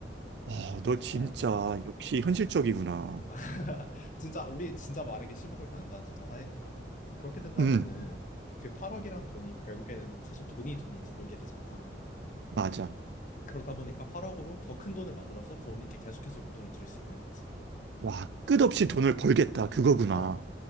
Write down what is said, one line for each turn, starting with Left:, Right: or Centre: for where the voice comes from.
Right: 와, 너 진짜
Left: 어,
Right: 역시 현실적이구나.
Left: <laughs> 진짜 우리 진짜 만약에 10억을 받는다는 가정하에니까 그렇게 된다면은
Right: 응,
Left: 그 8억이란 돈이 결국에는 사실 돈이 돈을 부르게 되잖아.
Right: 맞아.
Left: 그러다 보니까 8억으로 더 큰 돈을 만들어서 부모님께 계속해서 용돈을 드릴 수 있는 거지.
Right: 와, 끝없이 돈을 벌겠다. 그거구나.
Left: 어,